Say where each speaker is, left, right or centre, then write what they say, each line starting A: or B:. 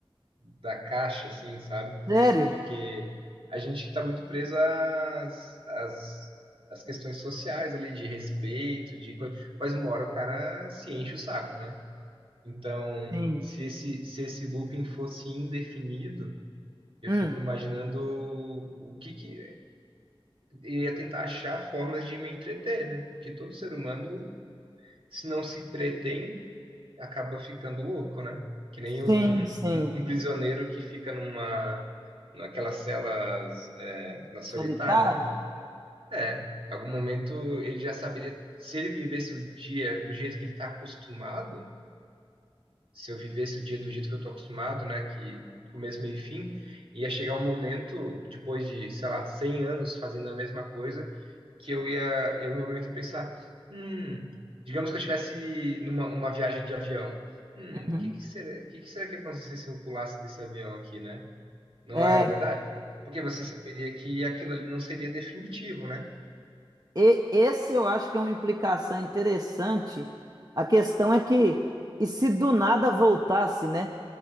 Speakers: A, on the right; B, on the right.
A: da caixa, assim, sabe?
B: Sério?
A: Porque a gente está muito preso às, às, às questões sociais ali, de respeito, de coisa, mas uma hora o cara se enche o saco, né? Então,
B: Sim.
A: se esse, se esse looping fosse indefinido, eu
B: Hum.
A: fico imaginando o que que e ia tentar achar formas de me entreter, né? Porque todo ser humano, se não se entretém, acaba ficando louco, né? Que nem um,
B: Sim, sim.
A: um, um prisioneiro que fica numa naquelas celas é, na solitária,
B: Solitário?
A: né? É, em algum momento ele já saberia, se ele vivesse o dia do jeito que ele está acostumado, se eu vivesse o dia do jeito que eu estou acostumado, né, que começo, meio e fim, ia chegar um momento, depois de, sei lá, 100 anos fazendo a mesma coisa, que eu ia, em algum momento, eu pensar, hum, digamos que eu estivesse numa uma viagem de avião, hum,
B: Uhum.
A: o que que será, que que será que ia acontecer se eu pulasse desse avião aqui, né? Não
B: É,
A: é verdade? Porque você saberia que aquilo ali não seria definitivo, né?
B: e- esse eu acho que é uma implicação interessante. A questão é que, e se do nada voltasse, né?